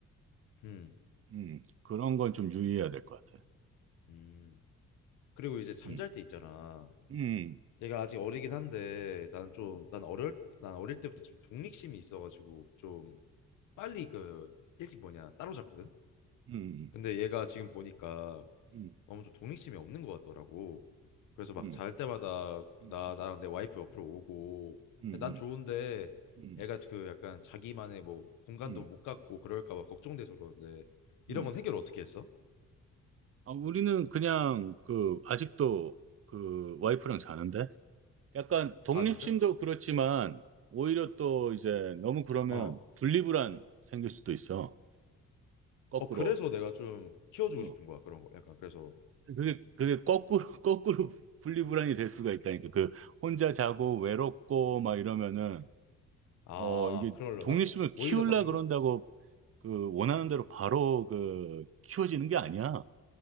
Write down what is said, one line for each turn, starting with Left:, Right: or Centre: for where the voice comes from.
Left: 음,
Right: 음, 그런 건 좀 유의해야 될 것 같아.
Left: 음. 그리고 이제 잠잘
Right: 음,
Left: 때 있잖아.
Right: 음,
Left: 얘가 아직 어리긴 한데 나는 좀
Right: 음,
Left: 난 어릴 난 어릴 때부터 좀 독립심이 있어가지고 좀 빨리 그 일찍 뭐냐 따로잤거든
Right: 음,
Left: 근데 얘가 지금 보니까
Right: 음,
Left: 너무 좀 독립심이 없는 것 같더라고. 그래서 막
Right: 음,
Left: 잘 때마다
Right: 음,
Left: 나
Right: 음,
Left: 나랑 내 와이프 옆으로 오고
Right: 음,
Left: 난 좋은데
Right: 음,
Left: 애가 그 약간 자기만의 뭐 공간도
Right: 음,
Left: 못 갖고 그럴까 봐 걱정돼서 그러는데 이런
Right: 음.
Left: 건 해결 어떻게 했어?
Right: 아, 우리는 그냥 그 아직도 그 와이프랑 자는데? 약간 독립심도
Left: 아 진짜?
Right: 그렇지만 오히려 또 이제 너무 그러면
Left: 어.
Right: 분리불안 생길 수도 있어. 거꾸로.
Left: 어 그래서 내가 좀 키워주고
Right: 어.
Left: 싶은 거야 그런 거. 약간 그래서
Right: 그게 그게 거꾸로 <laughs> 거꾸로 분리불안이 될 수가 있다니까. 그 혼자 자고 외롭고 막 이러면은
Left: 아
Right: 어 이게
Left: 그럴려나?
Right: 독립심을
Left: 오히려
Right: 키우려
Left: 더 생겨?
Right: 그런다고 그 원하는 대로 바로 그 키워지는 게 아니야.